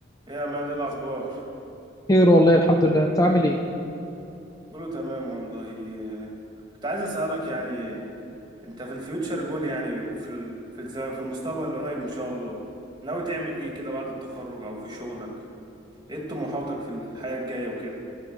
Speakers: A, on the right; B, on the left.
A: إيه يا ما دي الأخبار
B: خير والله الحمد لله انت عامل ايه
A: كله تمام والله إيه، كنت عايز أسألك يعني أنت في الفيوتشر جول يعني في ال- في الز- في المستقبل القريب إن شاء الله ناوي تعمل إيه كده بعد التخرج أو في شغلك إيه طموحاتك في الحياة الجاية وكده